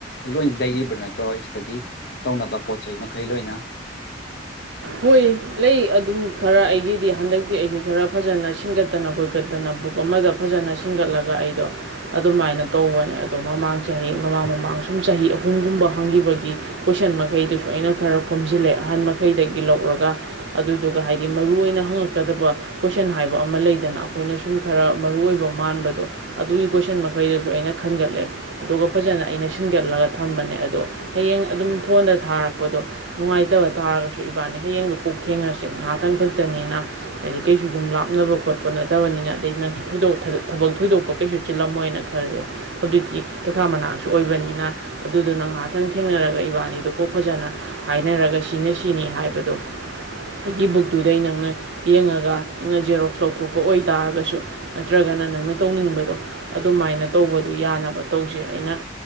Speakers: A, on the left; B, on the right.
A: ꯂꯣꯏꯅ ꯂꯩꯔꯤꯕ꯭ꯔꯥ ꯅꯠꯇ꯭ꯔꯣ ꯏꯁꯇꯗꯤ ꯇꯧꯅꯕ ꯄꯣꯠ ꯆꯩꯩ ꯃꯈꯩ ꯂꯣꯏꯅ
B: ꯍꯣꯏ ꯂꯩ ꯑꯗꯨꯝ ꯈꯔ ꯑꯩꯒꯤꯗꯤ ꯍꯟꯗꯛ ꯗꯤ ꯑꯩꯁꯦ ꯈꯔ ꯐꯖꯅ ꯁꯤꯡꯒꯠꯇꯅ ꯀꯣꯏꯀꯠꯇꯅ ꯕꯨꯛ ꯑꯃꯗ ꯐꯖꯅ ꯁꯤꯡꯒꯠꯂꯒ ꯑꯩꯗꯣ ꯑꯗꯨꯃꯥꯏꯅ ꯇꯧꯕꯅꯦ ꯑꯗꯣ ꯃꯃꯥꯡ ꯆꯍꯤ ꯃꯃꯥꯡ ꯃꯃꯥꯡ ꯁꯨꯝ ꯆꯍꯤ ꯑꯍꯨꯝꯒꯨꯝꯕ ꯍꯪꯈꯤꯕꯒꯤ ꯀꯣꯏꯁꯟ ꯃꯈꯩꯗꯨꯁꯨ ꯑꯩꯅ ꯈꯔ ꯈꯣꯝꯖꯤꯜꯂꯦ ꯑꯍꯟ ꯃꯈꯩ ꯗꯦꯛꯒꯤ ꯂꯧꯔꯒ ꯑꯗꯨꯗꯨꯒ ꯍꯥꯏꯗꯤ ꯃꯔꯨꯑꯣꯏꯅ ꯍꯪꯉꯛꯀꯗꯕ ꯀꯣꯏꯁꯟ ꯍꯥꯏꯕ ꯑꯃ ꯂꯩꯗꯅ ꯑꯩꯈꯣꯏꯅ ꯁꯨꯝ ꯈꯔ ꯃꯔꯨ ꯑꯣꯏꯕ ꯃꯥꯟꯕꯗꯣ ꯑꯗꯨꯒꯤ ꯀꯣꯏꯁꯟ ꯃꯈꯩꯗꯁꯨ ꯑꯩꯅ ꯈꯟꯒꯠꯂꯦ ꯑꯗꯨꯒ ꯐꯖꯅ ꯑꯩꯅ ꯁꯤꯟꯒꯠꯂꯒ ꯊꯝꯕꯅꯦ ꯑꯗꯣ ꯍꯌꯦꯡ ꯑꯗꯨꯝ ꯐꯣꯟꯗ ꯊꯥꯔꯛꯄꯗꯣ ꯅꯨꯡꯉꯥꯏꯇꯕ ꯇꯥꯔꯒ ꯏꯕꯥꯅꯤ ꯍꯌꯦꯡꯗꯣ ꯀꯣꯛ ꯊꯦꯡꯅꯔꯁꯦ ꯉꯥꯏꯍꯥꯛꯇꯪ ꯈꯛꯇꯅꯤꯅ ꯑꯗꯩ ꯀꯩꯁꯨ ꯑꯗꯨꯝ ꯂꯥꯞꯅꯕ ꯈꯣꯠꯄ ꯅꯠꯇꯕꯅꯤꯅ ꯑꯗꯩ ꯅꯪꯁꯨꯗ ꯊꯕꯛ ꯊꯣꯏꯗꯣꯛꯄ ꯀꯩꯁꯨ ꯆꯤꯜꯂꯝꯃꯣꯏꯅ ꯈꯜꯂꯦ ꯍꯧꯖꯤꯛꯇꯤ ꯇꯩꯈꯥ ꯃꯅꯥꯛꯁꯨ ꯑꯣꯏꯕꯅꯤꯅ ꯑꯗꯨꯗꯨꯅ ꯉꯥꯏꯍꯥꯛꯇꯪ ꯊꯦꯡꯅꯔꯒ ꯏꯕꯥꯅꯤꯗꯣ ꯀꯣꯛ ꯐꯖꯅ ꯍꯥꯏꯅꯔꯒ ꯁꯤꯖꯤꯟꯅ ꯁꯤꯅꯤ ꯍꯥꯏꯕꯗꯣ ꯑꯩꯒꯤ ꯕꯨꯛꯇꯨꯗꯩ ꯅꯪꯅ ꯌꯦꯡꯉꯒ ꯅꯪꯅ ꯖꯦꯔꯣꯛꯁ ꯂꯧꯊꯣꯛꯄ ꯑꯣꯏꯇꯥꯥꯔꯒꯁꯨ ꯅꯠꯇ꯭ꯔꯒꯅ ꯅꯪꯅ ꯇꯧꯅꯤꯡꯕꯗꯣ ꯑꯗꯨꯃꯥꯏꯅ ꯇꯧꯕꯗꯨꯣ ꯌꯥꯅꯕ ꯇꯧꯁꯦ ꯑꯩꯅ